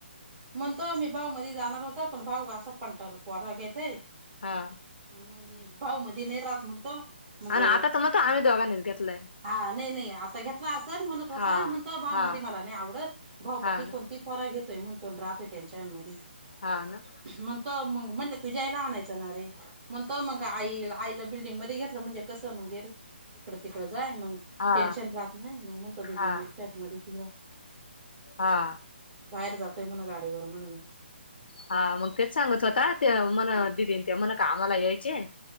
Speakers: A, on the right; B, on the left.
A: म्हणतोम मी भाऊ मध्ये जाणार होत पण भाऊ पण पोरा घेतय
B: हा
A: मग मी भाऊ मध्ये नाही राहत म्हणत मग
B: आणि आता तर मग आम्ही दोघांनीच घेतलंय
A: हा नाही नाही आता घेतला असेल म्हणत होता
B: हा
A: म्हण तो भाव
B: हा
A: मध्ये मला नाही आवडत भाऊपकी
B: हा ना
A: कोणती परा घेतोय म्हणतो राहतोय त्यांच्या मध
B: हा ना
A: मग तो मग म्हणले तुझ्या याईला आणायचं ना रे मग त मग आई आईला बिल्डिंग मध्ये घेतलं म्हणजे कसं मग इकडं तिकडं जाय मग
B: हा
A: टेन्शन राहत नाही मग म्हण त बिल्डिंग
B: हा
A: म फ्लॅट मच ग
B: हा
A: बाहेर जातोय म्हणा गाडीवर म्हण मही
B: हा मग तेच सांगत होता ते म्हन दिदी म्हन का आम्हाला यायचे